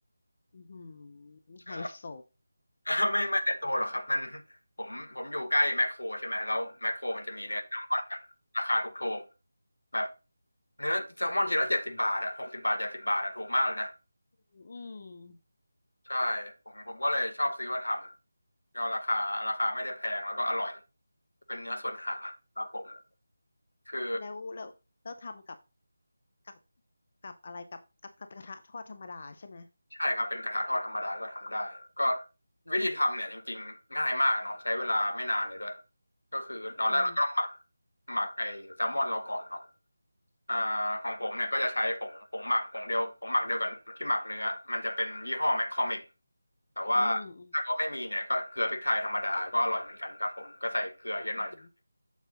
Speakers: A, on the left; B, on the left.
A: อือหือไฮโซ
B: ใช่ <laughs> ไม่ไม่แต่โตวหรอกครับมันผมผมอยู่ใกล้แมคโครใช่ไหมแล้วแมคโครมันจะมีเนื้อแซลมอนแบบราคาถูกๆแบบเนื้อแซลมอนชิ้นละเจ็ดสิบบาทอะหกสิบบาทเจ็ดสิบบาทอะถูกมากเลยนะ
A: อืม
B: ใช่ผมผมก็เลยชอบซื้อมาทำก็ราคาราคาไม่ได้แพงแล้วก็อร่อยเป็นเนื้อส่วนหางครับผมคือ
A: แล้วแล้วแล้วทำกับกับกับอะไรกับกับกระทะทอดธรรมดาใช่ไหม
B: ใช่ครับเป็นกระทะทอดธรรมดาก็ทำได้ก็วิธีทำเนี่ยจริงๆง่ายมากเนาะใช้เวลาไม่นานเลยด้วยก็คือตอนแรกเราก็ต้องหมัก
A: อืม
B: หมักไอ้แซลมอนเราก่อนเนาะอ่าของผมเนี่ยก็จะใช้ผงผงหมักผงเดียวผงหมักเดียวกันที่หมักเนื้อมันจะเป็นยี่ห้อแมคคอมิกแต่ว่า
A: อืม
B: ถ้าเขาไม่มีเนี่ยก็เกลือพริกไทยธรรมดาก็อร่อยเหมือนกันครับผมก็ใส่เกลือเยอะหน่อย
A: อืม